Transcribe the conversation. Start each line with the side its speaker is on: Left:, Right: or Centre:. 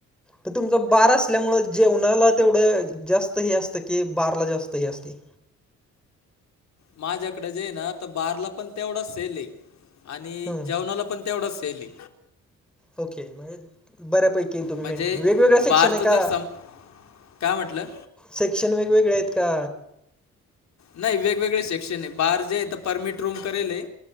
Centre: तर तुमच बार असल्यामुळे, जेवणाला तेवढं जास्त हे असतं की बारला जास्त हे असते.
Left: माझ्याकडे जे आहे ना तर बारला पण तेवढाच सेल आणि
Centre: हं
Left: जेवणाला. पण तेवढाच सेले
Centre: ओके. बऱ्यापैकी तुम्ही
Left: म्हणजे
Centre: मेंटेन, वेगवेगळ शिक्षण
Left: बारचं
Centre: आहे
Left: जर
Centre: का‌
Left: सम काय म्हटलं
Centre: सेक्शन वेगवेगळे आहेत का?
Left: नाही वेगवेगळे सेक्शन आहे, बार जे आहे तर परमिट रूम करेले.